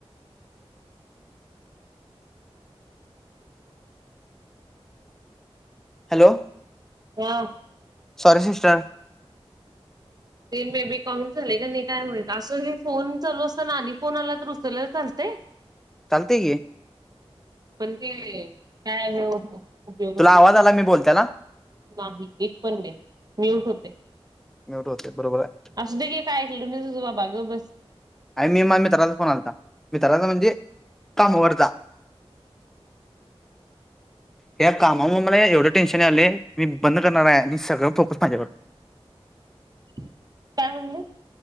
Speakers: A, in the centre; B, on the right.
A: हॅलो.
B: हां.
A: Sorry sister.
B: ते मे बेबी काउं झालेय का नाही काय म्हणते असं हे फोन चालू असताना आणि फोन आला तर उचल चालते?
A: चालते की.
B: पण ते काय आहे हो उपयोगच
A: तुला
B: नाही
A: आवाज आला मी बोलत्याला
B: नाही एक पण दे म्यूट होते.
A: म्युट होते बरोबर आहे.
B: अस दे काय ऐकल ना तुजा बाजूला बस.
A: आणि मी मा मित्राचा फोन आलता मित्राचा म्हणजे कामालरचा या कामामुळे मला एवढं टेन्शन आलंय मी बंद करणार आहे आणि सगळं फोकस माझ्यावर.
B: काय म्हणली